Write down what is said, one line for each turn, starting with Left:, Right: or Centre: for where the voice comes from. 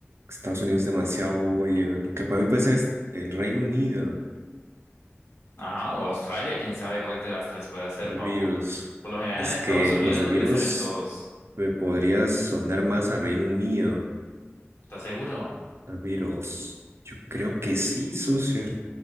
Right: Estados Unidos demasiado obvio. Aunque para mí puede ser es- el Reino Unido.
Left: Ajá, o Australia, quién sabe cuál de las tres puede ser,
Right: The
Left: papo.
Right: Beatles.
Left: Por lo general
Right: Es
Left: en Estados
Right: que
Left: Unidos
Right: los
Left: es
Right: The
Left: donde
Right: Beatles
Left: salen todos.
Right: me podría sonar más a Reino Unido.
Left: ¿Estás seguro?
Right: The Beatles. Yo creo que sí, socio.